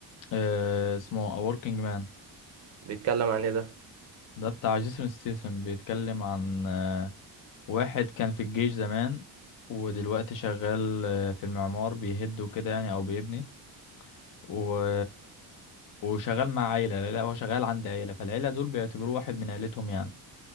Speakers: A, on the left (about 50°); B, on the right (about 40°).
A: آه اسمه A Working Man
B: بيتكلم عن ايه ده
A: ده بتاع جيسون ستيسن بيتكلم عن آه، واحد كان في الجيش زمان ودلوقتي شغال آه، في المعمار بيهد وكده يعني او بيبني و... وشغال مع عيلة لا لا، هو شغال عند عيلة فالعيلة دول بيعتبروه واحد من عيلتهم يعني